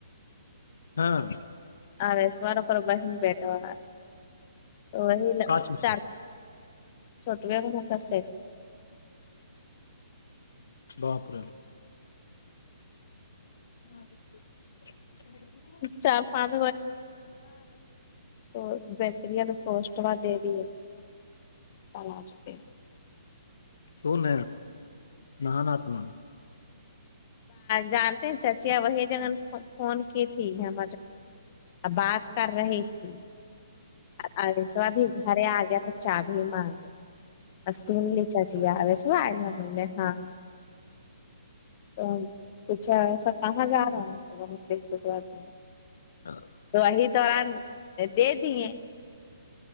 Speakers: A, on the left; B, on the left.
A: ہاں
B: آیس والاروں پر بہن بیٹھا ہوا تو وہی
A: کاچ
B: چار
A: سے
B: چوٹویا م کاس
A: بہاپرم ہاں ج اوک میم
B: چار پانچ تو بکرییا نے پوسٹوا دے دی ہے پج کے
A: تو ن مان آاتما
B: جانتے ہیں چچیا وہی جگہ فون کی تھی یہم بات کر رہی تھیس بھی گھر آ گیا تھا چا بھی مگے اس لی چاچییا آ س آ ل م نے ہاں تو کچھا ایسا کہاں جا رہا ہے سش کےس واسی میں
A: ہ
B: تو وہی تووران دے دیے